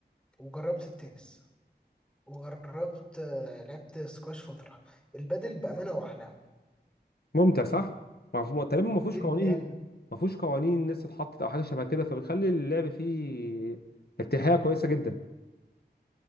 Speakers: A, in the centre; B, on the left (about 65°).
A: وجربت التنس وجربت آه، لعبت سكواش فترة البادل بأمانة هو أحلى
B: ممتع صح ما هو- تقريبا ما فيهوش
A: جدا
B: قوانين ما فيهوش قوانين لسه اتحطت او حاجه شبه كده فبيخلي اللعب فيه ارتياحيه كويسه جدا